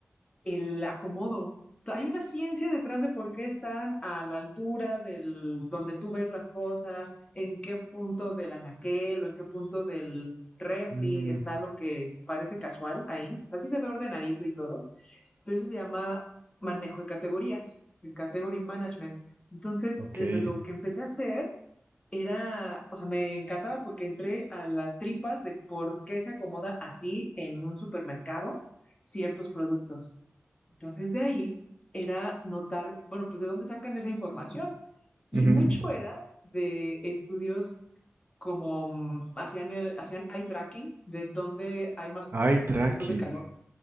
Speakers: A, on the left; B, on the right.
A: el acomodo. Hay una ciencia detrás de por qué están a la altura del, donde tú ves las cosas, en qué punto del anaquel o en qué punto del refri
B: Mm,
A: está lo que parece casual ahí. O sea, sí se ve ordenadito y todo pero eso se llama manejo de categorías, el category management. Entonces,
B: ok.
A: desde lo que empecé a hacer, era, o sea, me encantaba porque entré a las tripas de por qué se acomoda así en un supermercado ciertos productos. Entonces, de ahí era notar, bueno, pues de dónde sacan esa información. Y
B: Ujú.
A: mucho era de estudios como mm, hacían, el, hacían eye tracking, de dónde hay más
B: Eye tracking.
A: puntos de calor.